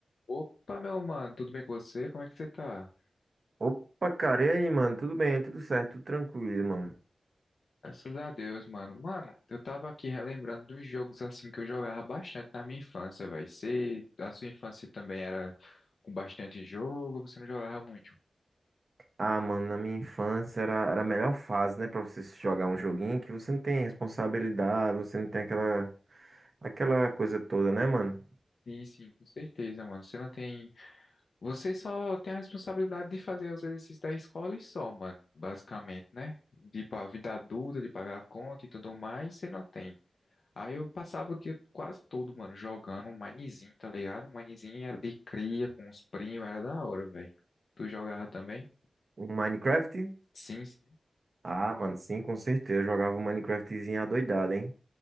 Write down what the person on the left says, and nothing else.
Opa, meu mano, tudo bem com você? Como é que você tá?
Graças a Deus, mano. Mano, eu tava aqui relembrando de uns jogos assim que eu jogava bastante na minha infância, velho. Você, a sua infância também era com bastante jogo, você não jogava muito?
Sim, sim, com certeza, mano. Você não tem. Você só tem a responsabilidade de fazer os exercícios da escola e só, mano. Basicamente, né? De ir pra vida adulta, de pagar a conta e tudo mais, você não tem. Aí eu passava o dia quase todo, mano, jogando um Minezinho, tá ligado? Um Minezinho era de cria com os primos, era da hora, velho. Tu jogava também?
Sim, sim,